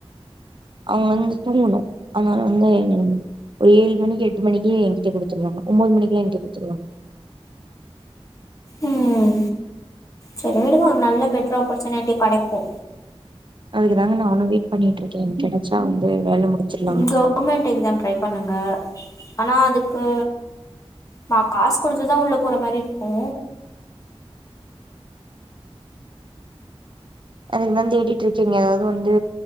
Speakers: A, on the right (about 50°); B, on the left (about 35°).
A: அவங்க வந்து தூங்கணு அதனால வந்து ஒரு ஏழு மணிக்கு எட்டு மணிக்கே ஏன் கிட்ட குடுத்துருவாங்க ஒம்போது மணிக்கு ஏன் கிட்ட குடுத்துருவாங்க
B: ம் சரி விடுங்க ஒரு நல்ல பெட்ரு ஆப்பர்ச்சுனிட்டி கெடைக்கு
A: அதுக்குதாங்க நானு வெயிட் பண்ணிட்ருக்கே கெடைச்சா வந்து வேல முடிச்சிர்லா
B: நீங் கவர்மெண்ட் எக்ஸாம் ட்ரை பண்ணுங்க ஆனா அதுக்கு மா காஸ் குடுத்துதா உள்ள போற மாரி இருக்கு
A: அதுக்குதா தேடிட்ருக்கீங்க எதாது வந்து